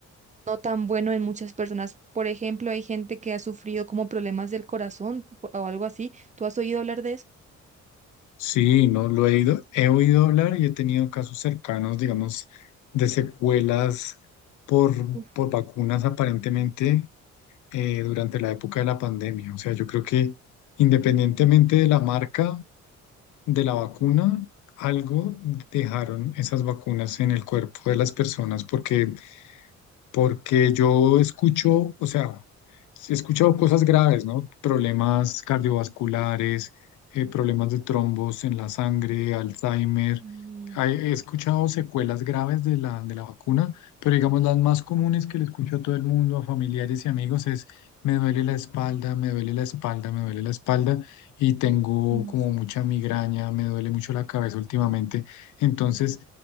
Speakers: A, on the right (about 25°); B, on the left (about 75°).
A: no tan bueno en muchas personas. Por ejemplo, hay gente que ha sufrido como problemas del corazón po- o algo así. ¿Tú has oído hablar de eso?
B: sí, no lo he ido, he oído hablar y he tenido casos cercanos, digamos, de secuelas por,
A: Uf,
B: por vacunas aparentemente eh, durante la época de la pandemia. O sea, yo creo que independientemente de la marca, de la vacuna, algo dejaron esas vacunas en el cuerpo de las personas porque porque yo escucho, o sea, he escuchado cosas graves, ¿no? Problemas cardiovasculares, eh, problemas de trombos en la sangre, Alzheimer.
A: y
B: Hay- He escuchado secuelas graves de la, de la vacuna, pero digamos las más comunes que le escucho a todo el mundo, a familiares y amigos, es me duele la espalda, me duele la espalda, me duele la espalda y tengo
A: en-
B: como mucha migraña, me duele mucho la cabeza últimamente. Entonces,